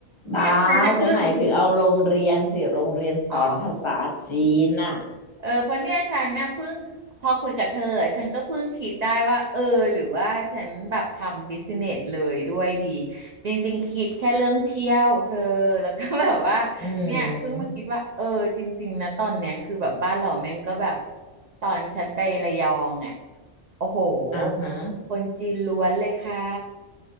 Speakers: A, on the right; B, on the left.
A: เนี่ยฉันน่ะเพิ่ง
B: บ้าฉันหมายถึงเอาโรงเรียนสิโรงเรียนสอนภาษาจีนอ่ะ
A: อ๋อ เออเพราะเนี่ยฉันเนี่ยเพิ่งพอคุยกับเธออะฉันก็เพิ่งคิดได้ว่าเออหรือว่าฉันแบบทำบิสเนสเลยด้วยดีจริงๆคิดแค่เรื่องเที่ยวเธอแล้วก็ <laughs> แบบว่าเนี่ยเพิ่งมาคิดว่าเออจริงๆนะตอนเนี้ยคือแบบบ้านเราแม่งก็แบบ
B: อืม
A: ตอนฉันไประยองอ่ะโอ้โห
B: อ่าฮะ
A: คนจีนล้วนเลยค่ะ